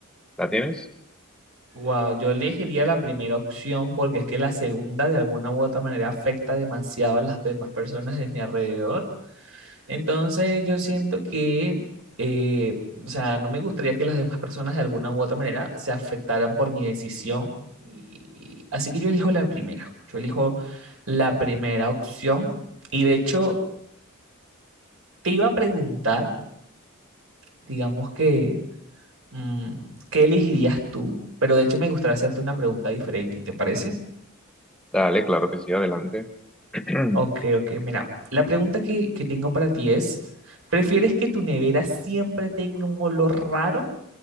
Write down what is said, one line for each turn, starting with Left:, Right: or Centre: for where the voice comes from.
Centre: ¿La tienes?
Right: Wow, yo elegiría la primera opción porque es que la segunda de alguna u otra manera afecta demasiado a las demás personas de mi alrededor Entonces yo siento que, eh, o sea, no me gustaría que las demás personas de alguna u otra manera se afectaran por mi decisión. Y- así que yo elijo la primera, yo elijo la primera opción. Y de hecho, te iba a preguntar, digamos que, mm, ¿qué elegirías tú? Pero de hecho me gustaría hacerte una pregunta diferente, ¿te parece?
Centre: Dale, claro que sí, adelante. <clears throat>
Right: Ok, ok, mira, la pregunta que, que tengo para ti es, ¿prefieres que tu nevera siempre tenga un olor raro?